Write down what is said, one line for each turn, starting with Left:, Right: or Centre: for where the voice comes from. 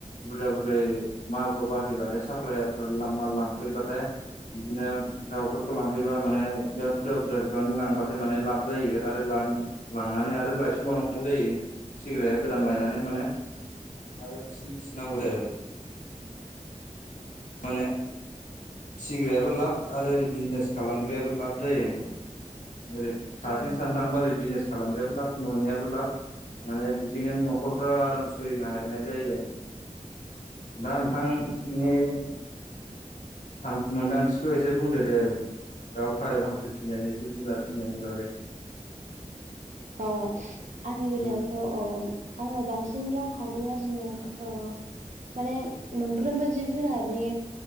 Left: बुरजा बुरजायै मालखौ बायफैबाथाय साप्लायारफोर माल लांफैबाथाय बिदिनो दाउफोरखौ लांफैबा माने बिराद बुरजा बुरजा बिबांनि लांबाथाय माने लाब जायो आरो लाब लांनानै आरो लायफिनबावनांगौ जायो फिग्राया गोदान लायनानै
Right: औ
Left: माने आरो फिसिन फिसिनांगौ जायो आरो माने फिसिग्रायाबो लाब आरो ओरै बिजनेस खालामग्रायाबो लाब जायो ओरै फारसें
Right: औ
Left: सान थांबा ओरै बिजनेस खालामग्रायाबो लाब ननियाबो लाब माने बिदिनो न'खरफ्रा आराम सोलिनो हानाय जायो आरो दा नोंथांनि सान मोन्दांथिखौ एसे बुंदो दे आरो दाउ फारेव हांसो फिनायनि जिब जुनार फिनायनि बागै
Right: अ आंनि बेलायावथ'
Left: उम
Right: अ आङो बांसिन रांखावरि आरजिनो ओ माने मोनफ्रोमबो जिब जुनारनि